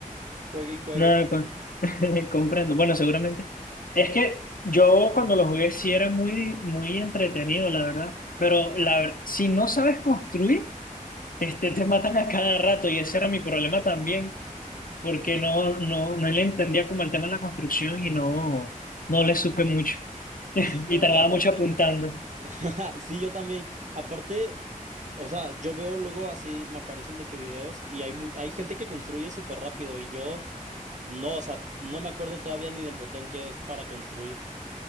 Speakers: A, on the right; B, on the left.
A: juegue y juegue.
B: No, con- <laughs> comprendo. Bueno, seguramente. Es que yo cuando lo jugué sí era muy, muy entretenido, la verdad. Pero la verdad, si no sabes construir, este, te matan a cada rato y ese era mi problema también, porque
A: Sí,
B: no, no, no le entendía como el tema de la construcción y no, no le supe mucho. <laughs>
A: sí, no,
B: Y tardaba
A: y aparte,
B: mucho apuntando.
A: <laughs> sí, yo también. Aparte, o sea, yo veo luego así, me aparecen de que videos y hay, mu- hay gente que construye súper rápido y yo no, o sea, no me acuerdo todavía ni del botón que es para construir.